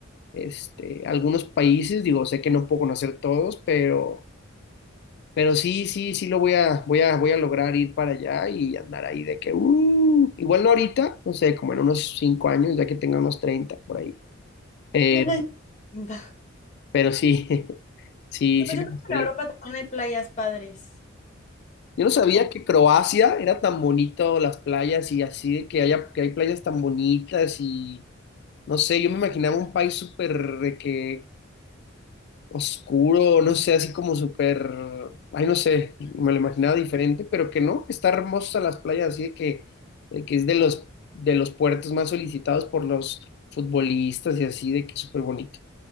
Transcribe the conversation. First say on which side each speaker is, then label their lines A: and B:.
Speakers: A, on the left; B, on the left.
A: este, algunos países, digo, sé que no puedo conocer todos, pero... Pero sí, sí, sí lo voy a, voy a, voy a lograr ir para allá y andar ahí de que, uh, igual no ahorita, no sé, como en unos cinco años, ya que tenga unos 30 por ahí. Pero,
B: <laughs> Ay, linda.
A: pero sí, <laughs> sí,
B: Sí, pues
A: sí me
B: yo
A: gustaría.
B: creo que en Europa también hay playas padres.
A: Yo no sabía
B: O-
A: que Croacia era tan bonito, las playas y así, de que haya, que hay playas tan bonitas y, no sé, yo me imaginaba un país súper de que oscuro, no sé, así como súper, ay, no sé, me lo imaginaba diferente, pero que no, que está hermosa las playas, así de que, de que es de los, de los puertos más solicitados por los futbolistas y así, de que es súper bonito.